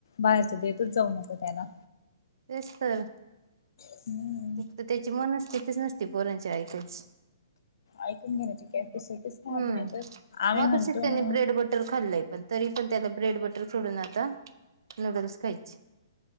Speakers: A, on the left; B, on the right.
A: बाहेरचं देतच जाऊ नको त्याला.
B: तेच तर
A: हम्म
B: फक्त त्याची मनस्थितीच नसते पोरांची ऐकायची.
A: ऐकून घेण्याची कॅपॅसिटीच
B: हम्म
A: राहत नाही तर आम्ही
B: मकाशी
A: म्हणतो
B: त्यानी
A: ना
B: ब्रेड बटर खाल्लंय. पण तरी पण त्याला ब्रेड बटर सोडून आता नूडल्स खायचे.